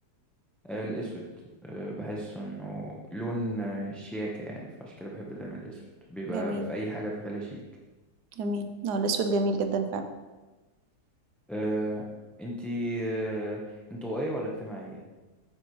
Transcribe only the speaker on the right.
جميل
جميل اه الاسود جميل جدا فعلا